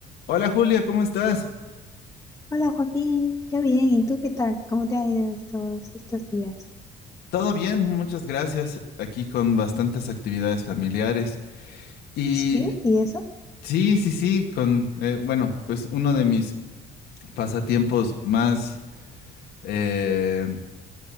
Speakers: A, on the left; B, on the left.
A: Hola Julia, ¿cómo estás?
B: Hola Joaquín, yo bien, ¿y tú qué tal? ¿Cómo te ha ido estos, estos días?
A: Todo bien, muchas gracias. Aquí con bastantes actividades familiares. Y
B: ¿Sí? ¿Y eso?
A: sí, sí, sí, con, eh, bueno, pues uno de mis pasatiempos más eh,